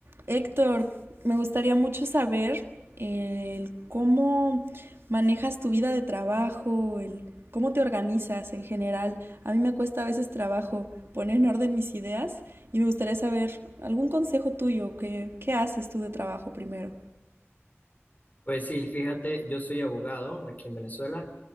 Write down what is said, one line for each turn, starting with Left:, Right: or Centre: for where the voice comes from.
Right: Héctor, me gustaría mucho saber el cómo manejas tu vida de trabajo, el cómo te organizas en general. A mí me cuesta a veces trabajo poner en orden mis ideas y me gustaría saber algún consejo tuyo, que qué haces tú de trabajo primero.
Left: Pues sí, fíjate, yo soy abogado aquí en Venezuela